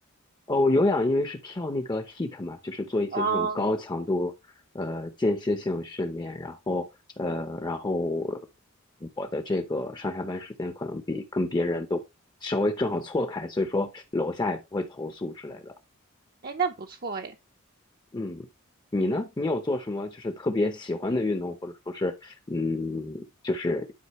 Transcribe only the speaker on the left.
哦，我有氧因为是跳那个 h e a t 嘛，就是做一些这种高强度呃间歇性训练，
然后呃，然后我的这个上下班时间可能比跟别人都稍微正好错开，所以说楼下也不会投诉之类的。
嗯，你呢？你有做什么就是特别喜欢的运动，或者说是嗯，就是